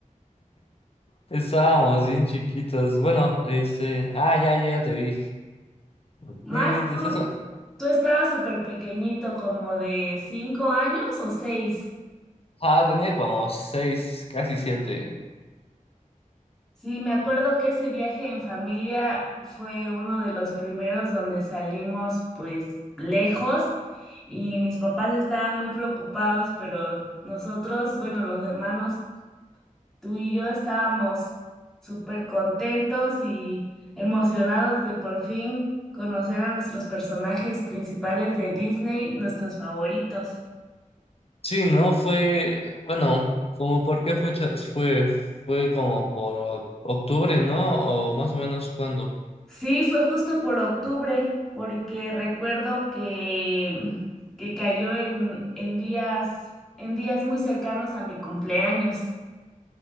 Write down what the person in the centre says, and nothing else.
Más
tú,
tú estabas súper pequeñito, como de cinco años o seis.
Sí, me acuerdo que ese viaje en familia fue uno de los primeros donde salimos pues lejos y mis papás estaban muy preocupados, pero nosotros, bueno, los hermanos, tú y yo estábamos súper contentos y emocionados de por fin conocer a nuestros personajes principales de Disney, nuestros favoritos.
Sí, fue justo por octubre, porque recuerdo que, mm, que cayó en, en días, en días muy cercanos a mi cumpleaños. <laughs>